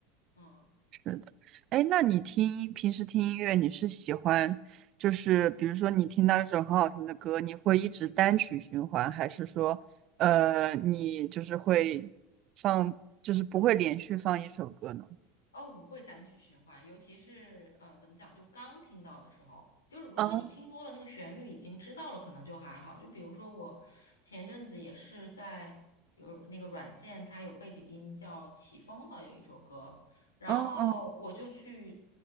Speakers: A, on the left; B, on the right.
A: 嗯。
B: 是的，哎，那你听音平时听音乐，你是喜欢就是比如说你听到一首很好听的歌，你会一直单曲循环，还是说呃你就是会放就是不会连续放一首歌呢？
A: 哦，我会单曲循环，尤其是呃，怎么讲，就刚听到的时候，就是如果你听多了那个旋律已经知道了，
B: 啊，
A: 可能就还好。就比如说我前阵子也是在有那个软件，它有背景音叫《起风了》，有一首歌，然后我就去，
B: 嗯嗯